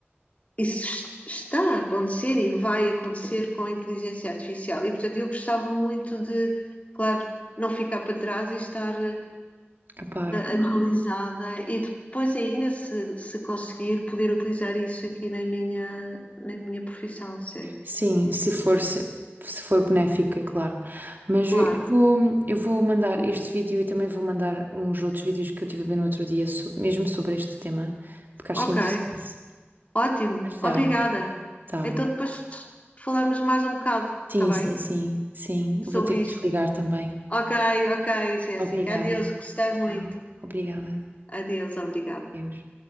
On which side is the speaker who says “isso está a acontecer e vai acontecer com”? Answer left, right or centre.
Left